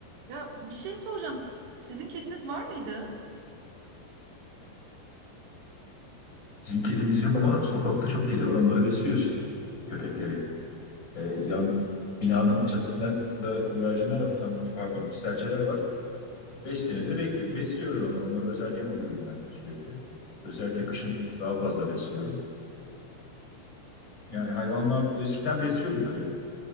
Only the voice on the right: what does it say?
Ya bir şey soracağım. Si- Sizin kediniz var mıydı?